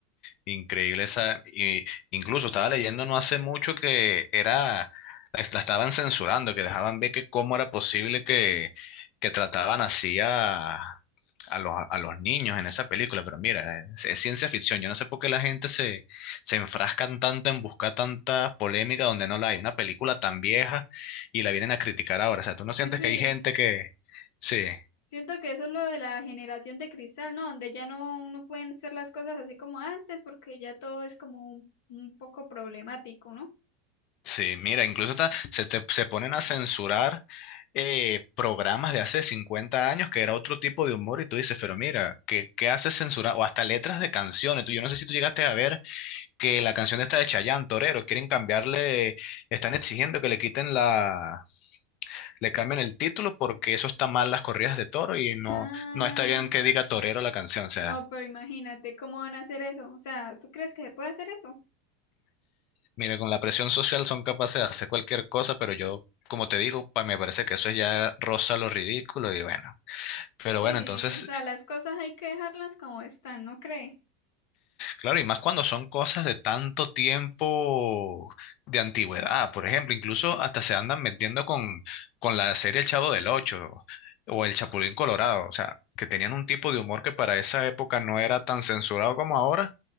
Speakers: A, on the left; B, on the left.
A: Increíble esa, y incluso estaba leyendo no hace mucho que era, la, la estaban censurando, que dejaban ver que cómo era posible que, que trataban así a, a los, a los niños en esa película, pero mira, es, es ciencia ficción, yo no sé por qué la gente se, se enfrascan tanto en buscar tanta polémica donde no la hay, una película tan vieja y la vienen a criticar ahora, o sea, tú no sientes
B: Sí, sí.
A: que hay gente que, sí.
B: Siento que eso es lo de la generación de cristal, ¿no? Donde ya no, no pueden hacer las cosas así como antes, porque ya todo es como un, un poco problemático, ¿no?
A: Sí, mira, incluso ta- se, te- se ponen a censurar eh, programas de hace 50 años que era otro tipo de humor y tú dices, pero mira, ¿qué, qué haces censurar? O hasta letras de canciones. Tú, yo no sé si tú llegaste a ver que la canción esta de Chayanne, Torero, quieren cambiarle, están exigiendo que le quiten la, le cambien el título porque eso está mal las corridas de toro y no,
B: Ah,
A: no está bien que diga Torero la canción. O sea,
B: no, pero imagínate cómo van a hacer eso. O sea, ¿tú crees que se puede hacer eso?
A: mira, con la presión social son capaces de hacer cualquier cosa, pero yo, como te digo, pa, me parece que eso ya roza lo ridículo y bueno. Pero
B: Sí,
A: bueno, entonces,
B: o sea, las cosas hay que dejarlas como están, ¿no cree?
A: claro, y más cuando son cosas de tanto tiempo de antigüedad, por ejemplo, incluso hasta se andan metiendo con, con la serie El Chavo del Ocho o El Chapulín Colorado, o sea, que tenían un tipo de humor que para esa época no era tan censurado como ahora,